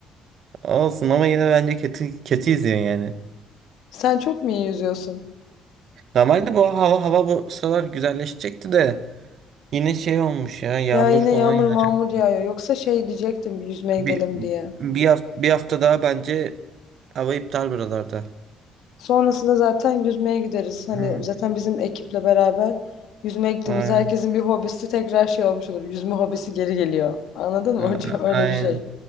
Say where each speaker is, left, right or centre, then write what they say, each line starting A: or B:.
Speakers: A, on the right (about 45°); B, on the left (about 65°).
A: Olsun ama yine bence kötü kötü izliyorsun yani.
B: Sen çok mu iyi yüzüyorsun?
A: Normalde bu hava hava bu sıralar güzelleşecekti de yine şey olmuş ya yağmur
B: Ya yine
A: falan
B: yağmur
A: yağacak.
B: mağmur yağıyor. Yoksa şey diyecektim bir yüzmeye
A: Bir
B: gidelim diye.
A: bir hafta, bir hafta daha bence hava iptal buralarda.
B: Sonrasında zaten yüzmeye gideriz. Hani
A: Hı.
B: zaten bizim ekiple beraber yüzmeye gittiğimizde
A: Aynen.
B: herkesin bir hobisi tekrar şey olmuş olur. Yüzme hobisi geri geliyor. Anladın mı
A: A- a-
B: hocam? <laughs> Öyle
A: Aynen.
B: bir şey.